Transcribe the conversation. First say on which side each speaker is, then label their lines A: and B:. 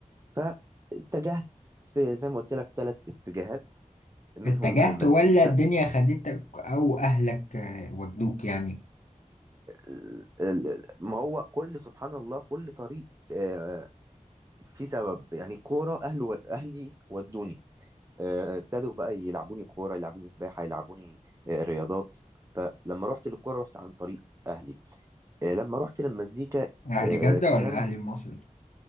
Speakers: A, on the right (about 25°); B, on the left (about 65°).
A: فاتجهت في زي ما قلت لك ثلاث اتجاهات منهم
B: اتجهت
A: المزيكا
B: ولا الدنيا خدتك او اهلك آه، ودوك يعني
A: ال- ال- ما هو كل سبحان الله كل طريق آه، في سبب يعني كورة أهله أهلي ودوني آه، ابتدوا بقى يلعبوني كورة يلعبوني سباحة يلعبوني آه، رياضات فلما رحت للكورة رحت عن طريق أهلي آه، لما رحت للمزيكا
B: اهل
A: آه،
B: جدة
A: كان
B: ولا اهل المصري